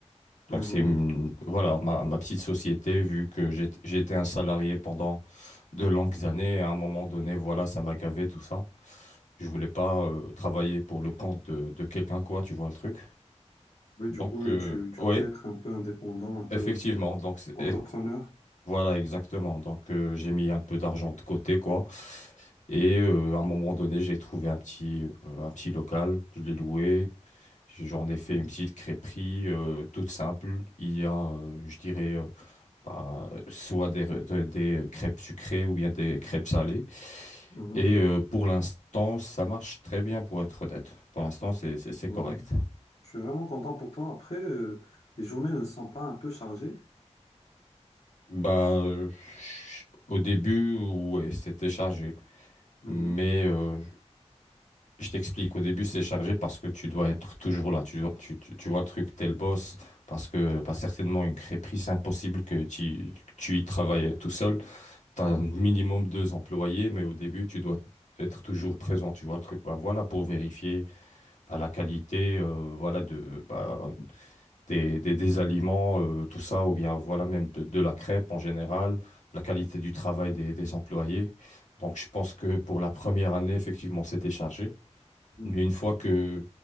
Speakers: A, on the left; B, on the left.
A: Mhm.
B: Donc c'est une- voilà ma, ma petite société vu que j'ai j'ai été un salarié pendant de longues années et à un moment donné voilà ça m'a gavé tout ça. Je voulais pas euh, travailler pour le compte de, de quelqu'un quoi, tu vois le truc.
A: Oui,
B: Donc
A: du coup, euh,
B: euh,
A: tu, tu
B: ouais,
A: voulais être un peu indépendant, un peu
B: effectivement. Donc c'est-
A: entrepreneur.
B: ex- voilà exactement. Donc euh, j'ai mis un peu d'argent de côté quoi. Et euh, à un moment donné, j'ai trouvé un petit euh, un petit local, je l'ai loué. J'en ai fait
A: Mhm.
B: une petite crêperie euh, toute simple. Il y a, euh, je dirais euh, bah, soit des, re- de- des crêpes sucrées ou bien des crêpes salées.
A: Mhm.
B: Et euh, pour l'instant, ça marche très bien pour être honnête. Pour l'instant, c'est c'est- c'est
A: Mhm.
B: correct.
A: Je suis vraiment content pour toi. Après, euh, les journées ne sont pas un peu chargées.
B: Bah, euh, au début, ouais, c'était chargé.
A: Mhm.
B: Mais euh, je t'explique, au début, c'est chargé parce que tu dois être toujours là. Tu, tu, tu, tu vois le truc, t'es le boss. Parce que bah, certainement, une crêperie, c'est impossible que tu, que tu y travailles tout seul. tu
A: Mhm.
B: as un minimum deux employés, mais au début, tu dois être toujours présent, tu vois le truc. Bah, voilà, pour vérifier bah, la qualité euh, voilà, de, bah, des, des, des aliments, euh, tout ça, ou bien voilà même de, de la crêpe en général, la qualité du travail des, des employés. Donc, je pense que pour la première année, effectivement, c'était chargé.
A: Mhm.
B: Mais une fois que,